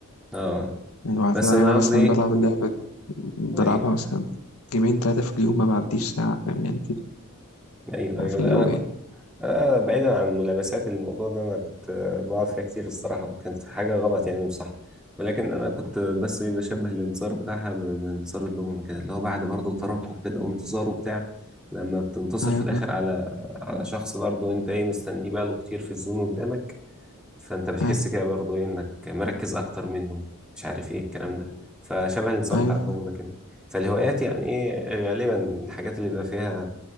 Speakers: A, in the centre; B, on the left.
A: اه
B: يعني لو هتلاقي
A: بس انا
B: أنا
A: قصدي
B: مثلا
A: ايه
B: بلعب اللعبة دي بلعبها
A: ايوه
B: مثلا جيمين تلاتة في اليوم ما بعديش ساعة فاهم يعني كده
A: ايوه ايوه
B: في
A: لا
B: اليوم
A: انا كنت
B: يعني
A: آه بعيدا عن ملابسات الموضوع ده انا كنت آه، بقعد فيها كتير الصراحه وكانت حاجه غلط يعني مش صح ولكن انا كنت بس ايه بشبه الانتصار بتاعها ب- بانتصار الضمنه كده اللي هو بعد برضه ترقب كده وانتصار وبتاع لما بتنتصر
B: أيوة
A: في الاخر
B: فاهم
A: على على شخص برضه انت ايه مستنيه بقاله كتير في الزون قدامك فانت بتحس
B: أيوة
A: كده برضه ايه انك مركز اكتر منه مش عارف ايه الكلام ده فشبه الانتصار
B: أيوة
A: بتاع الضغمه كده فالهوايات يعني ايه غالبا الحاجات اللي بيبقى فيها